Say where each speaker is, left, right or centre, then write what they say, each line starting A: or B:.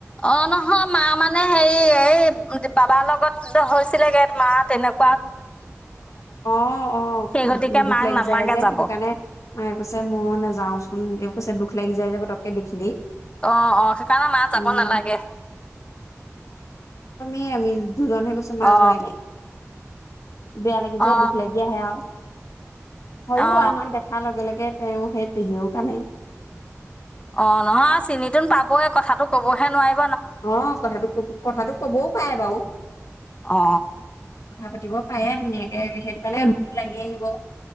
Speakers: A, on the left; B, on the left.
A: অ', নহয় মা মানে হেৰি এই বাবাৰ লগত হৈছিলেগে, মা তেনেক
B: অ' অ,
A: সেই গতিকে
B: দুখ
A: মাক
B: লাগি
A: নালাগে
B: যায় যে,
A: যাব
B: সেইটো কাৰণে মায়ে কৈছে, মই নাযাওঁ চোন ছে দুখ লাগি যায় যে পটককে দেখিলেই।
A: অ' অ, সেইকাৰণে মা যাব
B: উম
A: নালাগে।
B: ই আমি দুজনহে গৈছোঁ, মা
A: অ
B: যোৱাই নাই। বেয়া লাগি যায়,
A: অ
B: দুখ লাগি আহে আও। হয়ো,
A: অ
B: আমাক দেখাৰ লগে লগে তেওঁ সেই পেহিয়েও কানে।
A: অ নহয় চিনি তোন পাবই, কথাটো কবহে নোৱা
B: অ, কথাটো কব কথাটো কবও পায়ে বাও।
A: অ
B: কথা পাত তিব পাৰে ধুনীয়াকে, সেইটো কাৰণে দুখ লাগি আহিব।